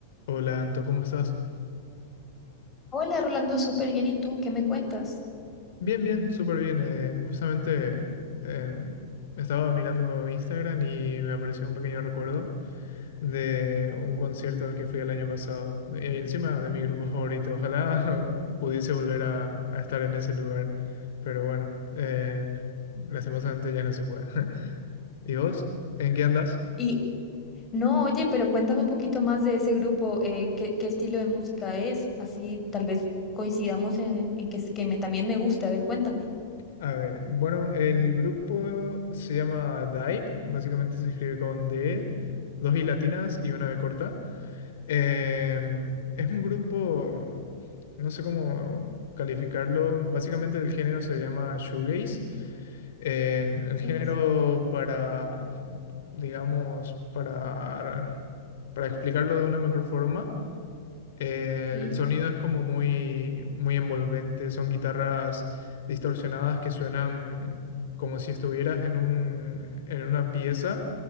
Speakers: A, on the left; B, on the left.
A: Hola Anto, ¿cómo estás?
B: Hola, Rolando, súper bien. ¿Y tú qué me cuentas?
A: Bien, bien, súper bien. eh, justamente eh, estaba mirando Instagram y me apareció un pequeño recuerdo de un concierto al que fui el año pasado. Y encima de mi grupo favorito. Ojalá <laughs> pudiese volver a, a estar en ese lugar. Pero bueno, eh, lastimosamente ya no se puede. <laughs> ¿Y vos? ¿En qué andas?
B: Y no, oye, pero cuéntame un poquito más de ese grupo, eh, qué, qué estilo de música es, así tal vez coincidamos en, en que, es- que me, también me guste. A ver, cuéntame.
A: A ver, bueno, el grupo se llama Dive. Básicamente se escribe con D, dos I latinas y una B corta. Em, es un grupo, no sé cómo calificarlo. Básicamente el género se llama shoegaze. Eh, el
B: ¿Es?
A: género para, digamos, para, para explicarlo de una mejor forma. Eh,
B: Sí.
A: el sonido es como muy, muy envolvente, son guitarras distorsionadas que suenan como si estuvieras en un, en una pieza